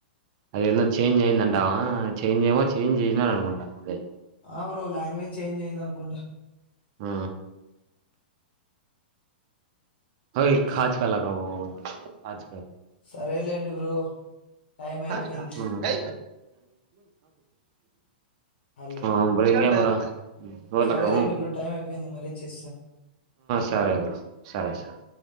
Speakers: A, on the right; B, on the left.
A: అదేన్నో చేంజ్ అయ్యందంటావా చేంజ్ చేయమో చేంజ్ చేసినని అనుకుంటాం అదే
B: ఆ బ్రో లాంగ్వేజ్ చేంజ్ అయ్యింద అనుకుంటా
A: ఆ హ హాజకాలకాజ
B: స- సరేలేండి బ్రో టైం అయిపోయింది
A: మరిస్త
B: హలో
A: ఆ అబ్ర ఇంగ అంరా పోలగా
B: సరేలేండి బ్రో టైం అయిపోయింది మరీ చేస్తాను
A: సరే బ సరే సరే